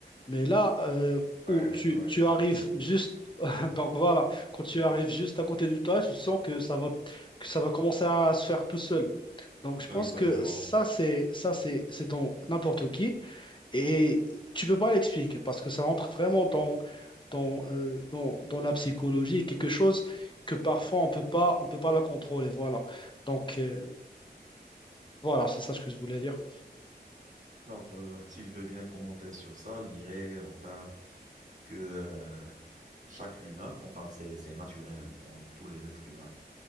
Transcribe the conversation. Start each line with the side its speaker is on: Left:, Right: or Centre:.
Left: Mais là euh,
Right: Ouais,
Left: où tu,
Right: ouais,
Left: tu
Right: ouais,
Left: arrives
Right: ouais, c'est-
Left: juste, <laughs> donc voilà, quand tu
Right: <laughs>
Left: arrives juste à côté du toilette, tu sens que ça va, que ça va commencer à se faire tout seul. Donc, je
Right: Non,
Left: pense
Right: Exactement.
Left: que ça, c'est, ça, c'est, c'est dans n'importe qui. Et tu peux pas l'expliquer parce que ça rentre vraiment dans, dans, euh, dans, dans la psychologie, quelque chose que parfois on peut pas, on peut pas la contrôler. Voilà. Donc euh, voilà, c'est ça ce que je voulais dire.
Right: Alors, euh, s'il veut bien commenter sur ça, je dirais enfin que euh, chaque humain, enfin c'est c'est naturel dans tous les êtres humains.